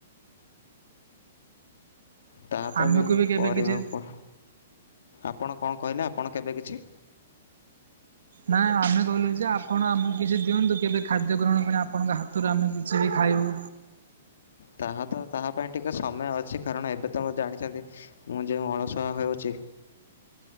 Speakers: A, on the left; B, on the right.
A: ତାହା ତ
B: ଆମକୁ ବି କେବେ
A: କରିବାକୁ
B: କିଛି
A: ଆପଣ କଣ କହିଲେ ଆପଣ କେବେ କିଛି
B: ନାାଇ ଆମେ କହିଲୁ ଯେ ଆପଣ ଆମକୁ କିଛି ଦିଅନ୍ତୁ କେବେ ଖାଦ୍ୟ ଗ୍ରହଣ ପାଇଁ ଆପଣଙ୍କ ହାତରୁ ଆମେ କିଛି ବି ଖାଇବୁ।
A: ତାହା ତ ତାହା ପାଇଁ ଟିକେ ସମୟ ଅଛି କାରଣ ଏବେ ତ ମ ଜାଣିଛନ୍ତି ମୁଁ ଯେଉଁ ଅଳସଆ ହେଉଛି।